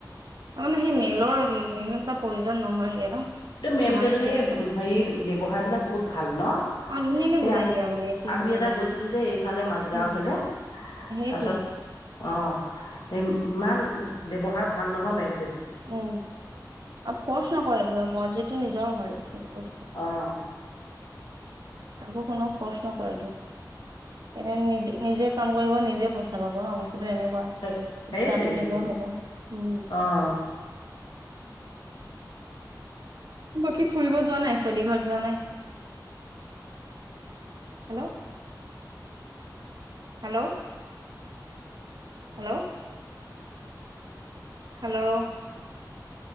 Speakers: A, on the right (about 65°); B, on the left (about 85°).
A: তাৰমানে সেই মেলৰ উ' ইমান ত প্ৰয়োজন নহয়গৈ ন।
B: <unintelligible> মেম
A: আমাৰ
B: কেইজনী
A: ইয়াত যে চব
B: হেৰি ব্যৱসায়বিলাক বহুত ভাল ন
A: অ ধুনীয়াকে বুজাই
B: এই আ-আমি
A: দিয়ে আপুনি এইটো বুজা
B: এটা গৈছিলোঁ
A: নাই
B: যে এইফালে মাাজগাঁওফালে
A: উম সেইটোৱে
B: তাৰপাছত অঁ',। ইমান ব্যৱহাৰ ভাল নহয় ম'ম
A: উম আৰু ফৰ্চ নকৰে মৰ্জি টো নিজৰ হয়। <unintelligible>
B: অঁ
A: কাকো কোনোও ফৰ্চ নকৰেতটো। এনে নিজ-নিজে। কাম কৰিব নিজে পইচা পাব ন। এনেকুৱা
B: সেই সেইটোৱেইতো
A: ইচ্ছাটো নিজৰ হ'ব উম'।
B: অঁ
A: বাকী ফুৰিব যোৱা নাই ছোৱলি ঘৰত যোৱা নাই hello hello hello hello